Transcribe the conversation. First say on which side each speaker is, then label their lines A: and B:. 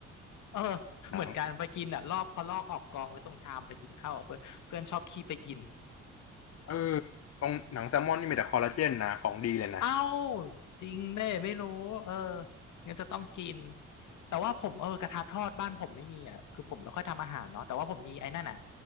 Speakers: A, on the left; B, on the left.
A: เออ <laughs>
B: หนัง
A: เหมือนกันไปกินอ่ะลอกพอลอกออกกองไว้ตรงชามไปกินข้าวอะเพื่อนเพื่อนชอบขี้ไปกิน
B: เออตรงหนังแซลมอนนี่มีแต่คอลลาเจนนะของดีเลยนะ
A: <laughs> เอ้าจริงเน่ไม่รู้เอองั้นจะต้องกินแต่ว่าผมเออกระทะทอดบ้านผมไม่มีอ่ะคือผมไม่ค่อยทำอาหารเนาะแต่ว่าผมมีไอ้นั่นอ่ะ